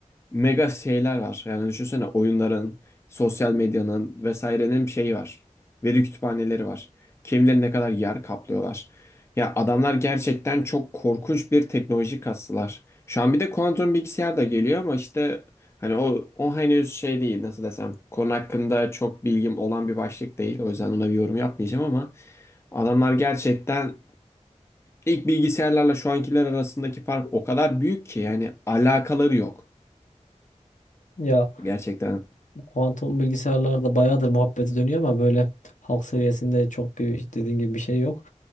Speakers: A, on the left (about 20°); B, on the left (about 75°).
A: mega şeyler var. Yani düşünsene oyunların, sosyal medyanın vesairenin bir şeyi var. Veri kütüphaneleri var. Kimileri ne kadar yer kaplıyorlar. Ya adamlar gerçekten çok korkunç bir teknoloji kastılar. Şu an bir de kuantum bilgisayar da geliyor ama işte hani o, o henüz şey değil nasıl desem. Konu hakkında çok bilgim olan bir başlık değil. O yüzden ona bir yorum yapmayacağım ama adamlar gerçekten ilk bilgisayarlarla şu ankiler arasındaki fark o kadar büyük ki yani alakaları yok.
B: Ya
A: Gerçekten.
B: Kuantum bilgisayarlarda bayağıdır muhabbeti dönüyor ama böyle halk seviyesinde çok bir dediğin gibi bir şey yok.